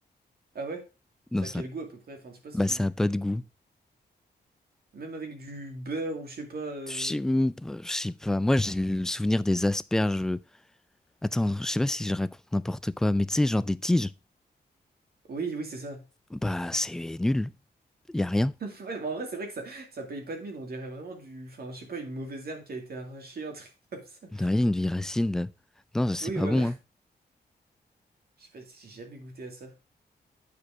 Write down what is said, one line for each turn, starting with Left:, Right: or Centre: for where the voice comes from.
Right: Ah ouais?
Centre: Non,
Right: Ça
Centre: ça,
Right: a quel goût à peu près? Enfin, je sais pas si
Centre: bah
Right: tu
Centre: ça a pas
Right: peux...
Centre: de goût.
Right: Même avec du beurre ou je sais pas... euh,
Centre: Je sais même pas, je sais pas. Moi, j'ai le souvenir des asperges. Attends, je sais pas si je raconte n'importe quoi, mais tu sais, genre des tiges.
Right: Oui, oui, c'est ça.
Centre: Bah, c'est nul. Y a rien.
Right: <laughs> Ouais, mais en vrai, c'est vrai que ça, ça paye pas de mine, on dirait vraiment du... Enfin, je sais pas, une mauvaise herbe qui a été arrachée, un truc <laughs> comme ça.
Centre: De rien, une vieille racine, là. Non, c'est
Right: Oui,
Centre: pas
Right: voilà.
Centre: bon, hein.
Right: Je sais pas si j'ai jamais goûté à ça.